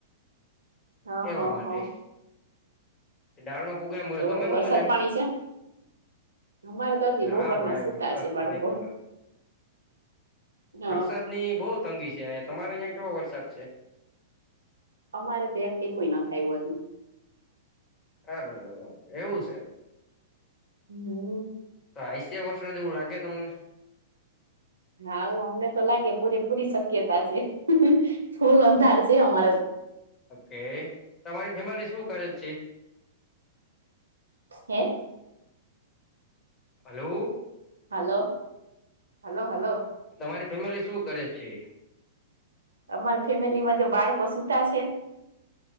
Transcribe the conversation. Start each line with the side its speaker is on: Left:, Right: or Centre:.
Right: હવ
Left: એવા
Right: હવ
Left: માટે
Right: હવ
Left: દાળનો પ્રોગ્રામ કર્યો
Right: તો
Left: તમે
Right: એ
Left: શું
Right: વરસાદ
Left: બનાવ્યું
Right: પાણી છે અમારે તો હજી
Left: ના
Right: બોપરના
Left: ભાઈ
Right: સુતા
Left: વરસાદ
Right: છે
Left: પાણી
Right: બાળકો
Left: તો
Right: હ
Left: વરસાદ ની બહુ તંગી છે અયા તમારે અયા કેવો વરસાદ છે
Right: અમારે તો એકી કોઈ ના થાયું હતું
Left: અર એવું છે
Right: હમ
Left: તો આયેશ વર્ષો જેવું લાગે તમને
Right: હા આવું અમને તો લાગે પૂરે પૂરી શક્યતા છે ફૂલ અંધાર છે અમારા
Left: ઓકે તમારી ફેમિલી શું કરે છે
Right: હે
Left: હલો
Right: હલો હલો હલો
Left: તમારી ફેમિલી શું કરે છે
Right: અમાર ફેમિલીમાં જો બાળકો સુૂતા છે